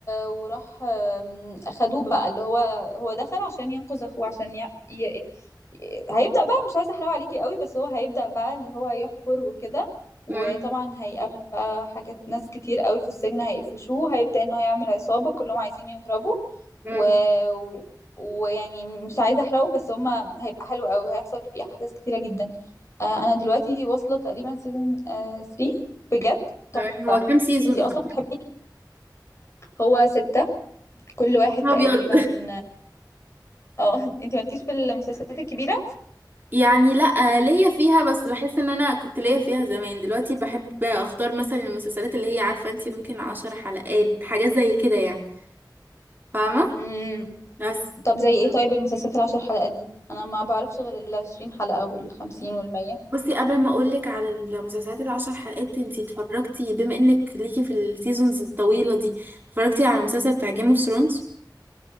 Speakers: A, on the left; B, on the right.
A: وراح آم، اخدوه بقى اللي هو هو دخل عشان ينقذ اخوه عشان ي... ي... هيبدأ بقى مش عايزة احرقه عليكي قوي بس هو هيبدأ بقى اللي هو يحفر وكده وطبعا
B: امم
A: هيقابل بقى حاجات ناس كتير قوي في السجن هيقفشوه هيبدأ ان هو يعمل عصابة كلهم عايزين يهربوا
B: امم
A: و... و- ويعني مش عايزة احرقه بس هما هيبقى حلو قوي هيحصل فيه احداث كتيرة جدا آه، انا دلوقتي واصلة تقريبا سيزون 3 بجد
B: تمام
A: تحفة
B: هو كام سيزون
A: انتي
B: اصلا
A: اصلا بتحبي هو ستة كل واحد تقريبا
B: يا ابيض
A: اه <laughs> انت مالكيش في المسلسلات الكبيرة
B: <laughs> يعني لا ليا فيها بس بحس ان انا كنت ليا فيها زمان دلوقتي بحب اختار مثلا المسلسلات اللي هي عارفه انتي ممكن عشر حلقات حاجات زي كده يعني فاهمه
A: امم
B: بس
A: طب زي ايه طيب المسلسلات العشر حلقات دي انا ما بعرفش غير العشرين حلقة والخمسين والمية
B: بصي قبل ما اقولك على المسلسلات العشر حلقات انتي اتفرجتي بما انك ليكي في السيزونز الطويلة دي اتفرجتي على المسلسل بتاع جيم اوف ثرونز